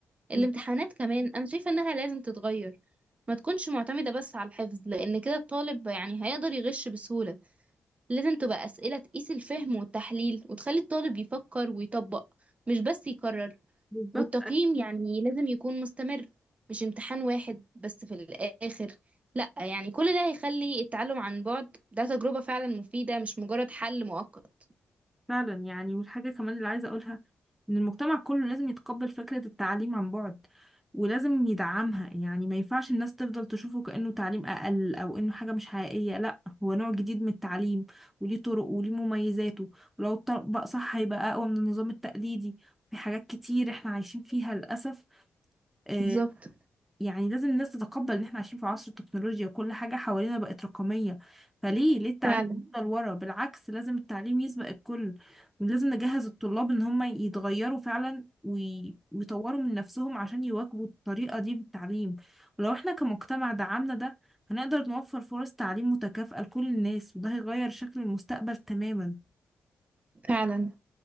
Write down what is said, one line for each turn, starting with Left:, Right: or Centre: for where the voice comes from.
Right: الامتحانات
Centre: بالظبط
Right: كمان انا شايفة انها لازم تتغير ما تكونش معتمدة بس على الحفظ لان كده الطالب يعني هيقدر يغش بسهولة لازم تبقى أسئلة تقيس الفهم والتحليل وتخلي الطالب يفكر ويطبق مش بس يكرر
Centre: بالظبط
Right: والتقييم يعني لازم يكون مستمر مش امتحان واحد بس في الآخر لأ يعني كل ده هيخلي التعلم عن بعد ده تجربة فعلا مفيدة مش مجرد حل مؤقت
Centre: فعلا يعني والحاجة كمان اللي عايزة أقولها إن المجتمع كله لازم يتقبل فكرة التعليم عن بعد ولازم يدعمها يعني ما ينفعش الناس تفضل تشوفه كأنه تعليم أقل أو إنه حاجة مش حقيقية لا هو نوع جديد من التعليم وليه طرق وليه مميزاته ولو اتطبق صح هيبقى أقوى من النظام التقليدي في حاجات كتير إحنا عايشين فيها للأسف آه،
Right: بالظبط
Centre: يعني لازم الناس تتقبل ان احنا عايشين في عصر التكنولوجيا وكل حاجة حوالينا بقت رقمية فليه ليه التعليم
Right: فعلا
Centre: يفضل ورا بالعكس لازم التعليم يسبق الكل ولازم نجهز الطلاب ان هم يتغيروا فعلا وي- ويطوروا من نفسهم عشان يواكبوا الطريقة دي بالتعليم ولو احنا كمجتمع دعمنا ده هنقدر نوفر فرص تعليم متكافئة لكل الناس وده هيغير شكل المستقبل تماما
Right: فعلا